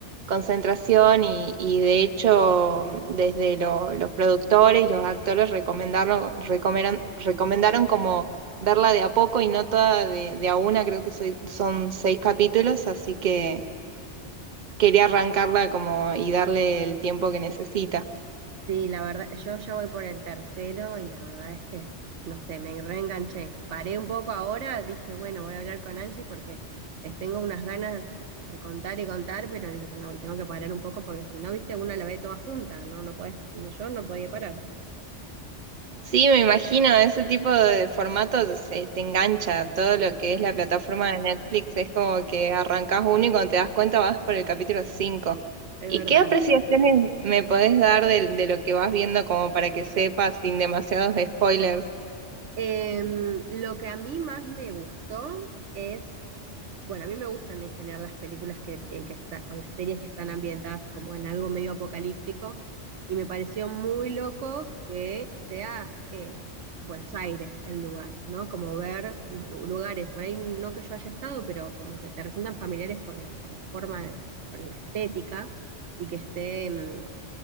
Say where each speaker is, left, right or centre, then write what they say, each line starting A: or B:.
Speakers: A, on the right (about 45°); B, on the right (about 80°).
A: concentración y, y de hecho desde lo- los productores, los actores recomendaron, recomendaron, recomendaron como verla de a poco y no toda de, de a una, creo que soy- son seis capítulos, así que quería arrancarla como y darle el tiempo que necesita.
B: Sí, la verdad, yo ya voy por el tercero y la verdad es que, no sé, me reenganché. Paré un poco ahora, dije, bueno, voy a hablar con Angie porque les tengo unas ganas de contar y contar, pero digo, no, tengo que parar un poco porque si no, viste, uno la ve toda junta, no, no puedes, no, yo no podía parar.
A: Sí, me imagino, ese tipo de formatos se te engancha, todo lo que es
B: Sí,
A: la plataforma de Netflix es como que arrancas uno y cuando te das cuenta vas por el capítulo cinco
B: es
A: ¿Y
B: verdad.
A: qué apreciaciones me podés dar del- de, lo que vas viendo como para que sepas sin demasiados spoilers?
B: Em, lo que a mí más me gustó es Bueno, a mí me gustan en general las películas que tienen que estar, o las series que están ambientadas como en algo medio apocalíptico, y me pareció muy loco que sea eh, Buenos Aires el lugar, ¿no? Como ver lu- lu- lugares, por ahí no que yo haya estado, pero como que te resultan familiares por la, por la forma, de- por la estética, y que esté, mm,